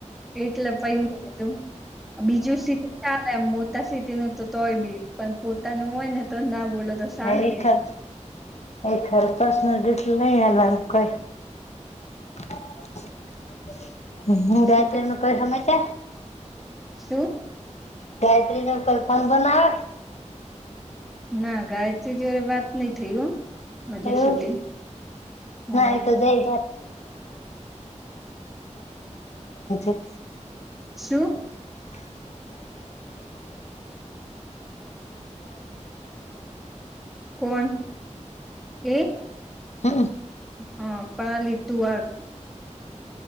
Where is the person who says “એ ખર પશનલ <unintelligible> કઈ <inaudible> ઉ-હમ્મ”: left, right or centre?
Left